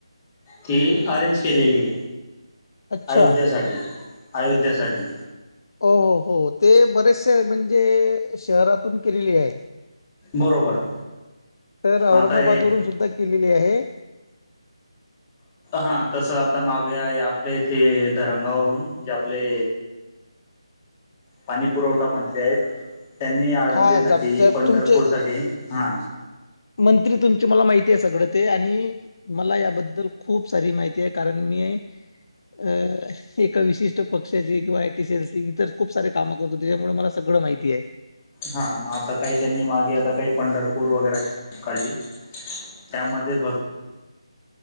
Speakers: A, on the left; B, on the left.
A: ती अरेंज केलेली.
B: अच्छा
A: अयोध्यासाठी अयोध्यासाठी
B: हो हो हो ते बरेचसे म्हणजे शहरातून केलेली आहे.
A: बरोबर
B: तर औरंगाबाद
A: आता हे
B: वून सुद्धा केलेली आहे.
A: हा तस आता मागे आहे आपल्या इथे धरंगावरून जे आपले पाणीपुरवठा मंत्री आहेत त्यांनी आळंदीसाठी,
B: हा आमच्या
A: पंढरपूरसाठी
B: तुमचे
A: हा.
B: मंत्री तुमची मला माहिती आहे सगळं ते आणि मला याबद्दल खूप सारी माहिती आहे कारण मी अ एका विशिष्ट पक्ष्याची किंवा आय टी सी एल ची इतर खूप सारे कामं करतो त्याच्यामुळे मला सगळं माहितीय आहे.
A: हा मग आता काही त्यांनी मागे आता काही पंढरपूर वगैरे चे काढली. त्यामध्ये भरपूर.